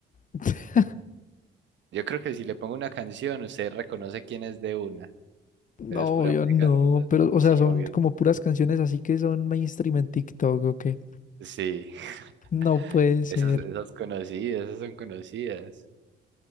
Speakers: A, on the left; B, on the right.
A: <laughs>
B: Yo creo que si le pongo una canción, usted reconoce quién es de una,
A: No,
B: pero es pura
A: yo
B: música
A: no.
B: rusa.
A: Pero, o
B: Sí,
A: sea, son
B: obvio.
A: como puras canciones así que son mainstream en TikTok o qué.
B: Sí.
A: No
B: <laughs>
A: puede ser.
B: Esas, esas conocidas, esas son conocidas.